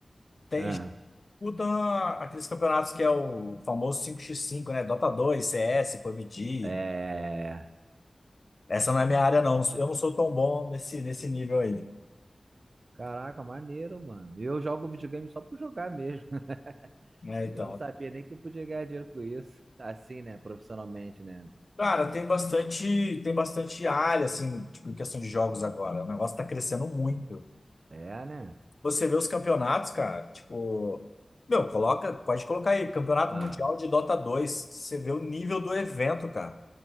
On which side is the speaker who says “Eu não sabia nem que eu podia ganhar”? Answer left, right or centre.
Right